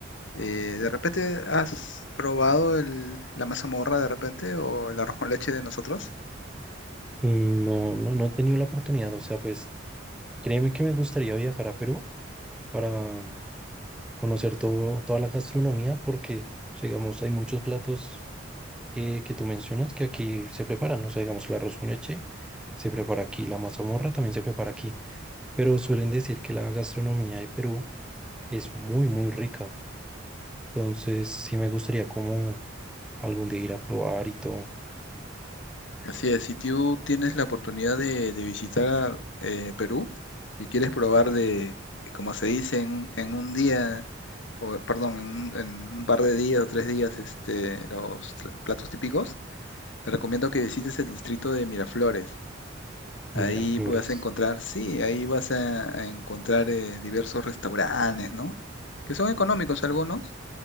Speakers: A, on the left; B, in the centre.
A: Eh, ¿de repente has probado el- la mazamorra de repente o el arroz con leche de nosotros?
B: Mm, No, no, no he tenido la oportunidad, o sea, pues Créeme que me gustaría viajar a Perú para conocer todo, toda la gastronomía porque, o sea, digamos, hay muchos platos que, que tú mencionas que aquí se preparan, ¿no? O sea, digamos, el arroz con leche se prepara aquí, la mazamorra también se prepara aquí, pero suelen decir que la gastronomía de Perú es muy, muy rica. Entonces, sí me gustaría como algún día ir a probar y todo.
A: Así es, si tú tienes la oportunidad de, de visitar ah, eh, Perú y quieres probar de, como se dice, en, un en un día, o perdón, en un, en un par de días o tres días, este, los tra- platos típicos, te recomiendo que visites el distrito de Miraflores.
B: Mira,
A: Ahí
B: Flores.
A: vas a encontrar, sí, ahí vas a, a encontrar eh, diversos restaurantes, ¿no? Que son económicos algunos